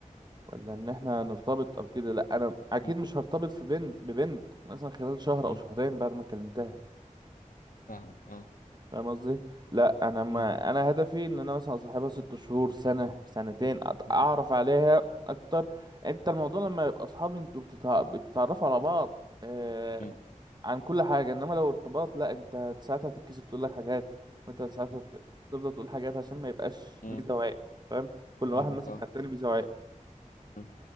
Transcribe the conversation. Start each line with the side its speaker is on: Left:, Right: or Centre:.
Right: ولا ان احنا نرتبط او كده لا انا اكيد
Left: مم.
Right: مش هرتبط في بنت ببنت مثلا خلال شهر او
Left: مم.
Right: شهرين بعد ما كلمتها
Left: فاهمك أه
Right: فاهم قصدي لا انا ما
Left: مم.
Right: انا هدفي ان انا مثلا اصاحبها ست شهور سنه سنتين
Left: مم.
Right: أت-
Left: مم.
Right: اعرف عليها اكتر انت الموضوع لما يبقى اصحاب انتوا بتتع- بتتعرفوا على بعض آه
Left: مم.
Right: عن كل حاجه انما لو ارتباط لا انت ساعتها تتكسف تقول لك حاجات وانت ساعتها ت- تفضل تقول حاجات عشان ما يبقاش
Left: مم.
Right: ميزه وعيب فاهم كل
Left: فاهمك
Right: واحد ماسك
Left: أه
Right: على التاني ميزه وعيب
Left: مم.